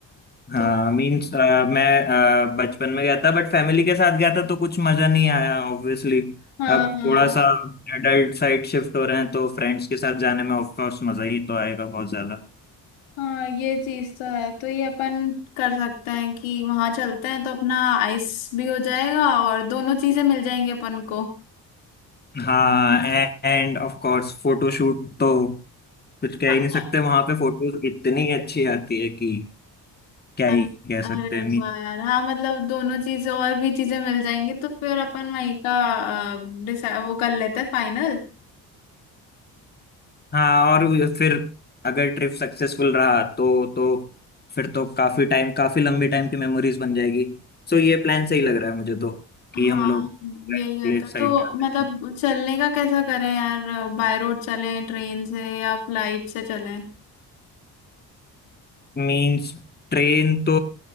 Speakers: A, on the left; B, on the left.
A: हाँ
B: तो
A: मीन्स मैं अ, बचपन में गया था बट फैमिली के साथ गया था तो कुछ मजा नहीं आया ऑब्वियसली
B: हाँ
A: अब
B: हाँ
A: थोड़ा सा एडल्ट साइड शिफ्ट हो रहे हैं तो फ्रेंड्स के साथ जाने में ऑफ कोर्स मजा ही तो आएगा बहुत ज्यादा
B: हाँ ये चीज तो है तो ये अपन कर सकते हैं कि वहां चलते हैं तो अपना आइस भी हो जाएगा और दोनों चीजें मिल जाएंगी अपन को
A: हाँ एंड ऑफ कोर्स फोटोशूट तो कुछ कह
B: हाँ।
A: ही नहीं सकते वहां पे फोटोज इतनी अच्छी आती है कि क्या
B: अरे
A: ही कह
B: अरे
A: सकते हैं
B: वाह यार हाँ मतलब दोनों चीजें और भी चीजें मिल जाएंगी तो फिर अपन वही का अ, डिसाइ- वो कर लेते हैं फाइनल
A: हाँ और फिर अगर ट्रिप सक्सेसफुल रहा तो तो फिर तो काफी टाइम काफी लंबी टाइम की मेमोरीज बन जाएगी सो ये प्लान सही लग रहा है मुझे तो
B: हाँ
A: कि हम लोग
B: यही होता
A: लेट साइड
B: तो
A: जाते
B: मतलब
A: हैं
B: चलने का कैसा करें यार बाय रोड चलें ट्रेन से या फ्लाइट से चलें
A: मीन्स ट्रेन तो